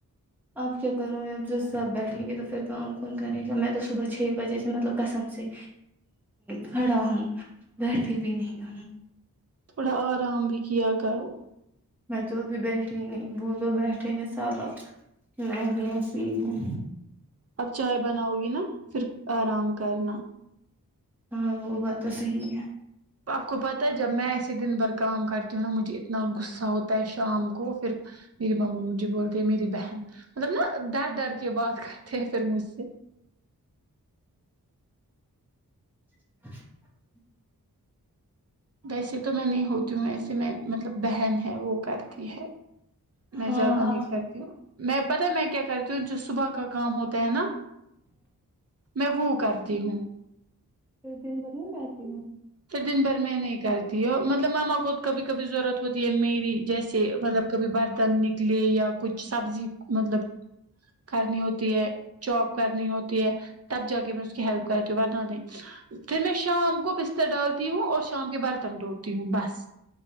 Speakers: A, in the centre; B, on the right.
A: آپ کے کروں ب جو سب بیٹھیں گے تو پھر کام کون کرے گا میں تو صبح چھ بجے سے مطلب کسم سے کھڑا ہوں بیٹھی بھی نہیں ہوں
B: تھوڑا اور آرام بھی کیا کرو
A: میں تو ابھی بیٹھھی نہیں وہ تو بیٹھے ہیں صاحبب میں ہی ایسی ہی ہوں
B: اب چائے بناؤ گی نا پھر آرام کرنا
A: ہاں وہ بات تو صحی ہے
B: آپ کو پتاہ ہے جب میں ایسے دن بھر کام کر نا مجھے اتناغصہ اا ہوتا ہے شام کو پھر میری ماما م مو جی بولتے میری بہن مطلب نا ڈر ڈر کے بات کرتے ہیں پھر مجھ سے
A: <unintelligible>
B: بسی تو میں نے ہوتی ہوں ایسے میں مطلب بہن ہے وہ کرتی ہے میں
A: ہاں
B: زیادہ نہیں کرتی ہوں میں پتاہ میں کیا کرتی ہوں صبح کا کام ہوتا ہے نا میں وہ کرتی ہوں
A: ایک دن <inaudible> <inaudible>
B: پھر دن بھر میں نہیں کرتی مطلب ماما کو خود کبھی کبھی ضرورت ہوتی ہے میری جیسے مطلب کبھی برتن نکلے یا کچھ سبزی مطلب کرنی ہوتی ہے چاپ کرنی ہوتی ہے تب جا کے میں اس کی ہیلپ کرتی ہوں بنانے پھر میں شام کو بست ڈالتی ہوں اور شام کے برتن ٹوڑتی ہوں بس